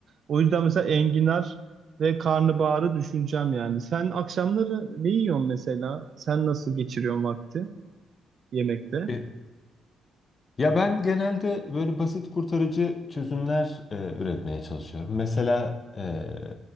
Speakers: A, on the right; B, on the left.
A: O yüzden mesela enginar ve karnabaharı düşüneceğim yani. Sen akşamları ne yiyorsun mesela? Sen nasıl geçiriyorsun vakti yemekte?
B: E, Ya ben genelde böyle basit kurtarıcı çözümler e, üretmeye çalışıyorum. Mesela e,